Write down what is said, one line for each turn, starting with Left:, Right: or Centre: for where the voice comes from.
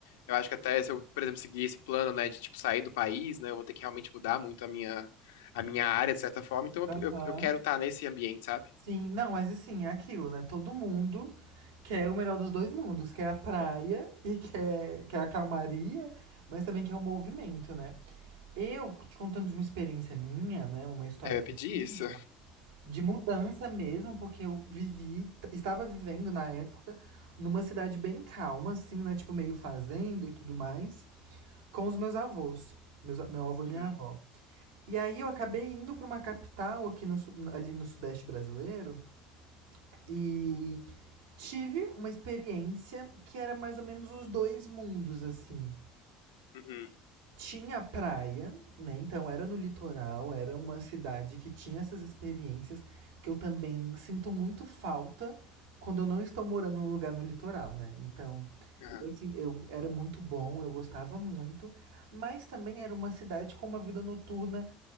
Left: Eu acho que até se eu, por exemplo, seguir esse plano, né, de tipo sair do país, né, eu vou ter que realmente mudar muito a minha, a minha área, de certa forma. Então
Right: Aham.
Left: eu, eu, eu quero estar nesse ambiente, sabe?
Right: Sim, não, mas assim, é aquilo, né? Todo mundo quer o melhor dos dois mundos, quer a praia e quer, quer a calmaria, mas também quer o movimento, né? Eu te contando de uma experiência minha, né, uma história
Left: É, eu ia
Right: que
Left: pedir
Right: eu tive,
Left: isso.
Right: de mudança mesmo, porque eu vivi, estava vivendo na época numa cidade bem calma, assim, né, tipo meio fazenda e tudo mais, com os meus avós, meus, meu avô e minha
Left: Uhum,
Right: avó. E aí eu acabei indo para uma capital aqui no, su- ali no sudeste brasileiro e tive uma experiência que era mais ou menos os dois mundos, assim.
Left: uhum,
Right: Tinha praia, né? Então era no litoral, era uma cidade que tinha essas experiências que eu também sinto muito falta quando eu não estou morando num lugar no litoral, né? Então,
Left: aham,
Right: eu, assim, eu era muito bom, eu gostava muito, mas também era uma cidade com uma vida noturna